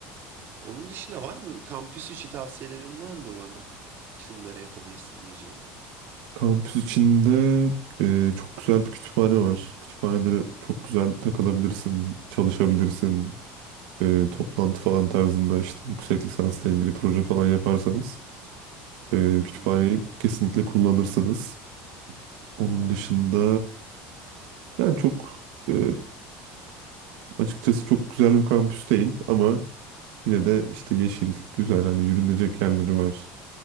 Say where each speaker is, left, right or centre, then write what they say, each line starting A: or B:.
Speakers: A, on the right (about 45°); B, on the right (about 80°).
A: Onun dışında var mı? Kampüs içi tavsiyelerin var mı bana? Şunları yapabilirsin diyeceğin.
B: Kampüs içinde e, çok güzel bir kütüphane var. Kütüphanede çok güzel takılabilirsin, çalışabilirsin. E, toplantı falan tarzında işte yüksek lisansla ilgili proje falan yaparsanız Ee,
A: Hı
B: kütüphaneyi
A: hı.
B: kesinlikle kullanırsanız. Onun
A: Vay
B: dışında
A: be.
B: yani çok e, açıkçası çok güzel bir kampüs değil ama yine de işte yeşil, güzel hani yürünecek yerleri var.